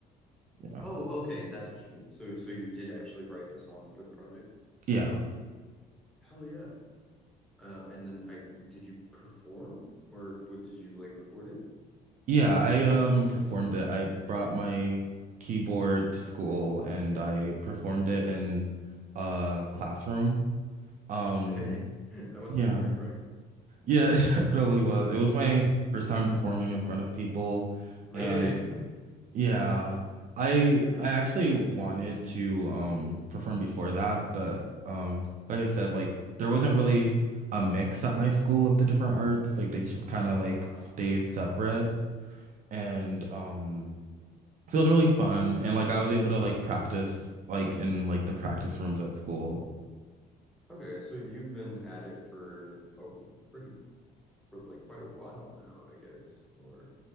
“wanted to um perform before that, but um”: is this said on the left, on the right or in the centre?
Right